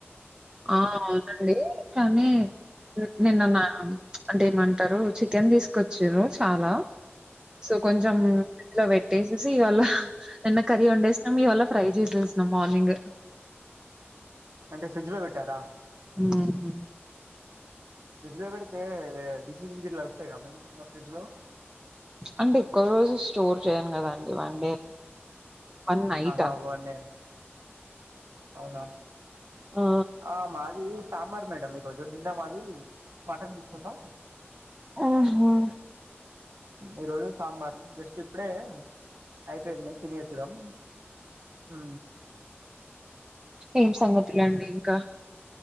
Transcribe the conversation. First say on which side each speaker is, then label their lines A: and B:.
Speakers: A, on the right; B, on the right.
A: ఆ అవునండి కానీ నిన్నన్న అంటేమంట చికెన్ తీసుకొచ్చారు చాలా సో కొంచం ఫ్రిడ్జ్ ల పే ట్టేసేసి ఇవాళ నిన్న కర్రీ వండేసినాం ఈవాల్ళ ఫ్రై చేసేసినం మార్నింగ్
B: అంటే ఫ్రిడ్జ్ లో పెట్టారా
A: ఉహు
B: ఫ్రిడ్జ్ లో పెడితే డిసీజులు గిట్ల వస్తాయి గా మేడం ఫ్రిడ్జ్ లో
A: అంటే ఎక్కువ రోజు స్టోర్ చేయను కదాండి వన్ డే వన్ నైటా?
B: ఆహా ఒక వన్ ఇయర్ అవునా
A: ఆ!
B: ఆ మాది కూ ఇది సాంబార్ మేడం ఈ రోజు నిన్న మాది మటన్ తీసుకున్నం
A: ఆహా
B: ఈ రోజు సాంబార్ జస్ట్ ఇప్పుడే అయిపోయింది తిన్సేడం ఆ
A: ఏం సంగతులండి ఇంకా